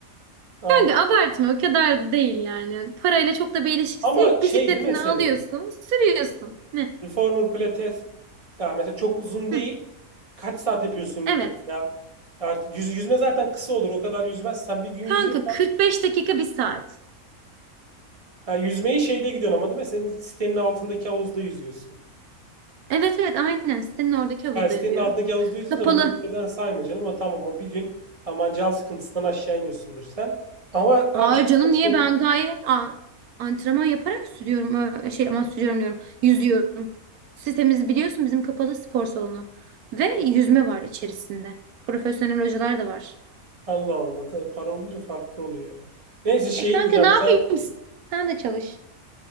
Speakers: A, on the right; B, on the right.
A: Al.
B: Kanka abartma o kadar da değil yani. Parayla çok da bir ilişkisi
A: Ama
B: yok.
A: şey
B: Bisikletini
A: değil mi seni?
B: alıyorsun, sürüyorsun. Ne?
A: Reformer Pilates. Ya mesela çok uzun değil.
B: Hı.
A: Kaç saat yapıyorsun
B: Evet.
A: günde ya? Artık yüz, yüzme zaten kısa olur. O kadar yüzmezsen bir gün
B: Kanka
A: yüzüyorsan.
B: 45 dakika bir saat.
A: Ha, yüzmeyi şeyde gidiyorsun ama değil mi? Senin sitenin altındaki havuzda yüzüyorsun.
B: Evet evet aynen sitenin oradaki havuzda
A: Yani sitenin
B: yüzüyorum.
A: altındaki havuzda yüzüyorsan
B: Kapalı.
A: onu yüzmeden sayma canım. Ama tamam o bir gün aman can sıkıntısından aşağı iniyorsundur sen. Ama daha
B: Aa
A: bir şey
B: canım
A: yapsın.
B: niye ben gayet a- antrenman yaparak sürüyorum. Ö- Şey ama sürüyorum diyorum. Yüzüyorum. Sitemiz biliyorsun bizim kapalı spor salonu. Ve yüzme var içerisinde. Profesyonel hocalar da var.
A: Allah Allah. Tabii para olunca farklı oluyor. Neyse şey
B: E kanka
A: diyeceğim
B: ne yapayım?
A: sen
B: Sen de çalış.